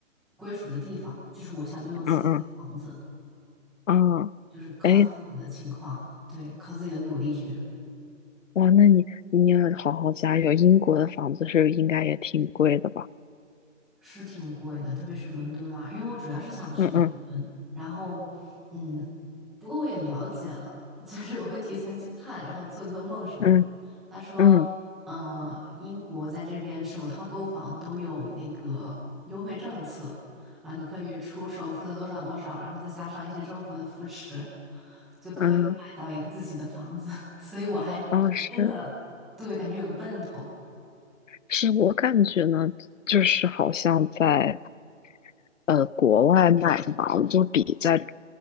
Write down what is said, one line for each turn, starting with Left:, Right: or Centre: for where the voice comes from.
Centre: 归属的地方，就是我想拥有自己的房子，
Left: 嗯嗯啊，
Centre: 就是靠自己的情况，
Left: 哎，
Centre: 对，靠自己的努力去。
Left: 哇，那你你要好好加油，英国的房子是应该也挺贵的吧？
Centre: 是挺贵的，特别是伦敦嘛，因为我主要是想去伦敦，
Left: 嗯嗯
Centre: 然后，嗯，不过我也了解了，<laughs> 就是我会提前去看，然后做一做梦什么的。
Left: 嗯
Centre: 他说，
Left: 嗯。
Centre: 呃，英国在这边首套购房都有那个优惠政策，然后你可以出首付的多少多少，然后再加上一些政府的扶持，就可以买到一个自己的房子。
Left: 嗯，
Centre: <laughs> 所以我还真的，
Left: 哦，是
Centre: 对，感觉有个奔头。
Left: 是，我感觉呢，就是好像在呃国外买房，就比在